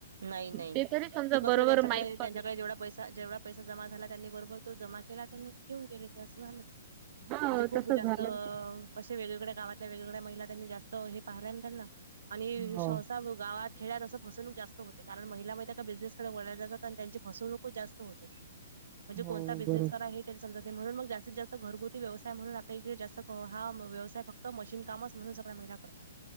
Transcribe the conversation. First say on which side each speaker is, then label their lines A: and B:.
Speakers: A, on the right; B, on the right.
A: नाही नाही,,
B: ते तरी समजा
A: ते कसं
B: बरोबर
A: त्यांच्याकडे
B: माहीत पडलं
A: त्यांच्याकडे जेवढा पैसा जेवढा पैसा जमा झाला त्यांनी बरोबर तो जमा केला त्यांनी, घेऊन गेले ते असं झालं.
B: हा
A: म्हणजे खूप
B: तसं
A: जास्त
B: झालं ते.
A: कशे वेगवेगळ्या गावातल्या वेगवेगळ्या महिला त्यांनी जास्त हे पाहिल्या ना त्यांना,, आणि
B: हो
A: सहसा गावात खेडयात असं फसवणूक जास्त होते,, कारण महिला मै बिझनेसकडे वळल्या जातात आणि त्यांची फसवणूकूच जास्त होते. म्हणजे
B: हो
A: कोणता बिझनेस
B: बरोबर.
A: करा हे समजत नाही,, म्हणून मग जास्तीत जास्त घरगुती व्यवसाय म्हणून आपल्या इडे जास्त हा व्यवसाय फक्त मशीन कामच म्हणून सगळ्या महिला करतात,,,